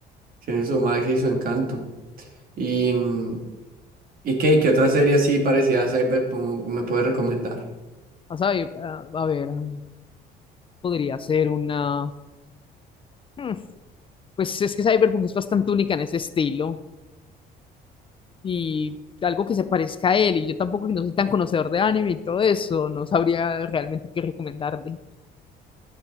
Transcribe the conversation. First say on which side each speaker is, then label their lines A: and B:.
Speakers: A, on the right; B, on the left.
A: tiene su magia y su encanto. Y, mm, ¿y qué, qué otra serie así parecida a Cyberpunk me puede recomendar?
B: A, saber, a, a ver, a- podría ser una... hmm, Pues es que Cyberpunk es bastante única en ese estilo. y algo que se parezca a él. Y yo tampoco que no soy tan conocedor de anime y todo eso, no sabría realmente qué recomendarle.